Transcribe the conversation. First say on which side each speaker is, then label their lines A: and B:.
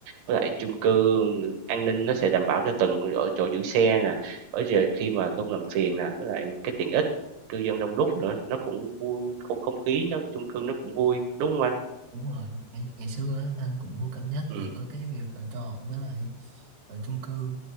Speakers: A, on the right; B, on the right.
A: Với lại chung cư an ninh nó sẽ đảm bảo cho từng ở chỗ giữ xe nè, ở giờ khi mà không làm phiền nè, với lại cái tiện ích cư dân đông đúc nữa, nó cũng vui, không không khí nó chung cư nó cũng vui, đúng không anh?
B: đúng rồi ngày, ngày xưa á, anh cũng cân nhắc
A: Ừ.
B: giữa cái việc ở trọ với lại ở chung cư